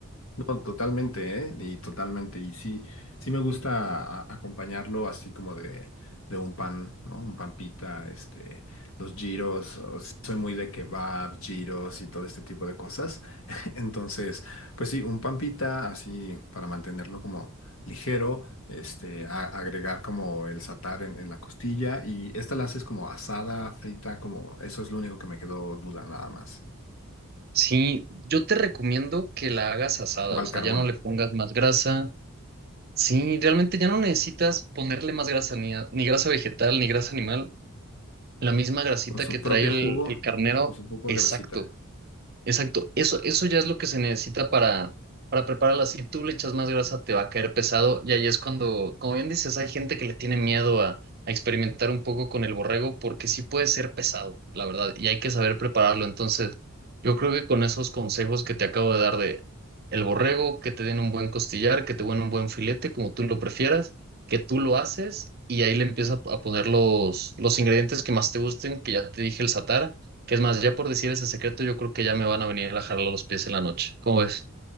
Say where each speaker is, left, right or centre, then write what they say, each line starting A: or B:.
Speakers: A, on the left; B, on the right.
A: No, totalmente, ¿eh? Y totalmente. Y sí, sí me gusta a- acompañarlo así como de, de un pan, ¿no? Un pan pita, este, los giros. o sea, Soy muy de kebab, giros y todo este tipo de cosas. <laughs> Entonces, pues sí, un pan pita así para mantenerlo como ligero, este, a- agregar como el satar en, en la costilla y esta la haces como asada, frita, como eso es lo único que me quedó duda nada más.
B: Sí, yo te recomiendo que la hagas asada,
A: O al
B: o sea,
A: carbón.
B: ya no le pongas más grasa. Sí, realmente ya no necesitas ponerle más grasa, ni, a- ni grasa vegetal, ni grasa animal. La misma grasita
A: Con su
B: que trae
A: propio
B: el,
A: jugo,
B: el carnero,
A: con su poco
B: exacto.
A: de grasita.
B: Exacto, eso, eso ya es lo que se necesita para, para prepararla. Si tú le echas más grasa, te va a caer pesado. Y ahí es cuando, como bien dices, hay gente que le tiene miedo a, a experimentar un poco con el borrego porque sí puede ser pesado, la verdad, y hay que saber prepararlo. Entonces, yo creo que con esos consejos que te acabo de dar de el borrego, que te den un buen costillar, que te den un buen filete, como tú lo prefieras, que tú lo haces y ahí le empiezas a poner los, los ingredientes que más te gusten, que ya te dije el satara que es más, ya por decir ese secreto, yo creo que ya me van a venir a jalar los pies en la noche. ¿Cómo ves?